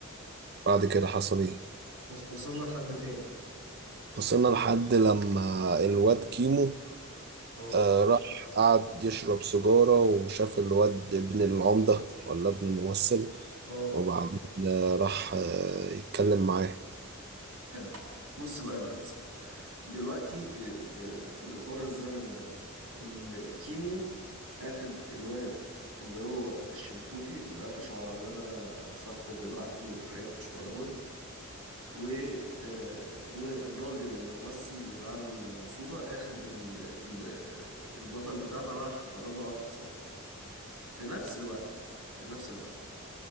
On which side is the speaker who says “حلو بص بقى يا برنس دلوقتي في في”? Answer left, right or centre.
Right